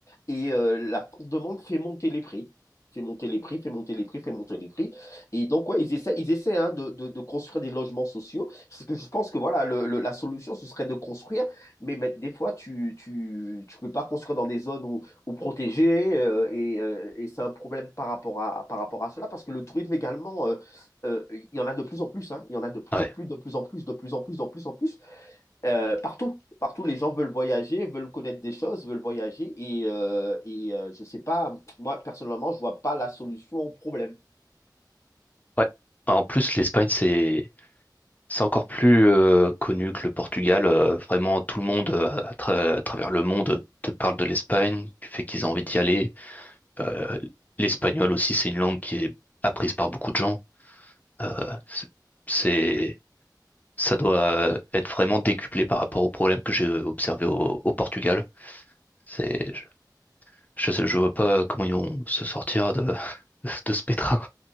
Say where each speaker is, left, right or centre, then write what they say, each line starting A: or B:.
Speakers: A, on the left (about 40°); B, on the left (about 20°).
A: et euh, la demande fait monter les prix. Fait monter les prix, fait monter les prix, fait monter les prix. Et donc, ouais, ils essaient, ils essaient hein, de, de- de construire des logements sociaux. Parce que je pense que voilà, le- le- la solution, ce serait de construire. Mais, mais des fois, tu tu, tu peux pas construire dans des zones où, où protégées. euh, et euh, et c'est un problème par rapport à, par rapport à cela. Parce que le tourisme également, euh, euh, il y en a de plus en plus. hein. il y en a de plus
B: Ouais.
A: en plus, de plus en plus, de plus en plus, de plus en plus. Euh, partout, partout, les gens veulent voyager, veulent connaître des choses, veulent voyager. Et, euh, et euh, je sais pas, moi, personnellement, je vois pas la solution au problème.
B: Ouais. En plus, l'Espagne, c'est C'est encore plus euh, connu que le Portugal. euh, vraiment, tout le monde euh, à, tra- à travers le monde te parle de l'Espagne, du fait qu'ils ont envie d'y aller. Euh, l'espagnol aussi, c'est une langue qui est apprise par beaucoup de gens. Euh, c'est, c'est- ça doit euh, être vraiment décuplé par rapport aux problèmes que j'ai observés au, au Portugal. C'est, je, je je vois pas comment ils vont se sortir de, <laughs> de ce pétrin.